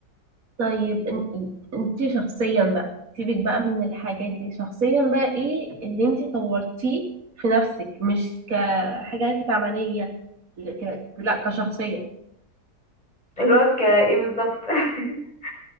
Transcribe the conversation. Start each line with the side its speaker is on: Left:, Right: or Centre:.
Right: طيب انت انت شخصيا بقى سيبك بقى من الحاجات دي شخصيا بقى ايه اللي انت طورتيه في نفسك مش كحاجات عملية ك... لا كشخصية
Left: اللي هو ك- ايه بالظبط <laughs>